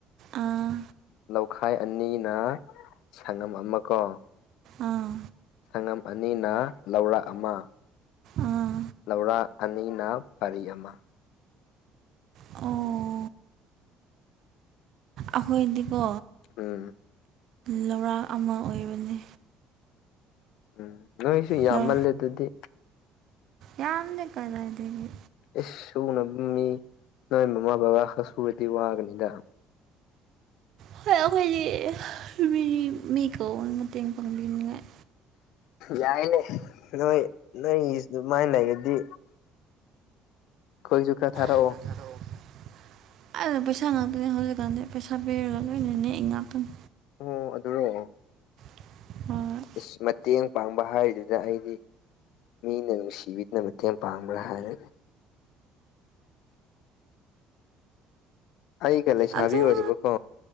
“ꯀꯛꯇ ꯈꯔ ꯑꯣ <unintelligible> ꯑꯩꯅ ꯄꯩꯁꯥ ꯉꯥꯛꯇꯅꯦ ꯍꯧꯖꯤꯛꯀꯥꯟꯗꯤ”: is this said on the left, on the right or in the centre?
Right